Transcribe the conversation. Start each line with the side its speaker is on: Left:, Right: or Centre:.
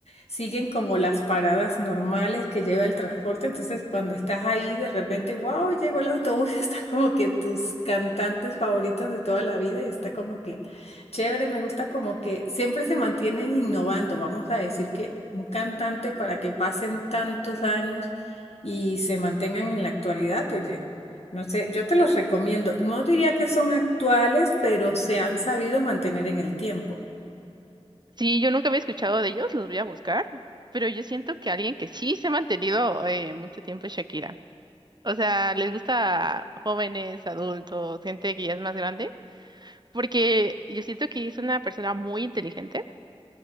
Left: siguen como las paradas normales que lleva el transporte. Entonces cuando estás ahí de repente, wow, llegó el autobús, <laughs> están como que tus cantantes favoritos de toda la vida y está como que chévere, me gusta como que siempre se mantienen innovando. Vamos a decir que un cantante para que pasen tantos años y se mantengan en la actualidad, oye. No sé, yo te los recomiendo. No diría que son actuales, pero se han sabido mantener en el tiempo.
Right: Sí, yo nunca había escuchado de ellos, los voy a buscar, pero yo siento que alguien que sí se ha mantenido eh, mucho tiempo es Shakira. O sea, les gusta jóvenes, adultos, gente que ya es más grande, porque yo siento que es una persona muy inteligente